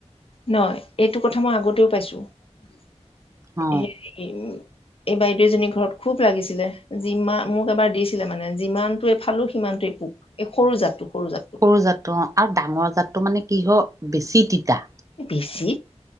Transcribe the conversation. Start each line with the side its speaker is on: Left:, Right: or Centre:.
Left: নহ এইটো কথা মই আগতেও পাইছো <unintelligible>
Right: অ
Left: এই বাইদেউ এজনী ঘৰত খুব লাগিছিলে যিমান মোক এবাৰ দিছিলে মানে যিমানটোৱে ফালো সিমানটোোৱে পোক এই সৰু জাতটো সৰু জাতটো
Right: সৰু জাতটো অ আৰু ডাঙৰ জাতটো মানে কি হ বেছি তিতা।
Left: পিছি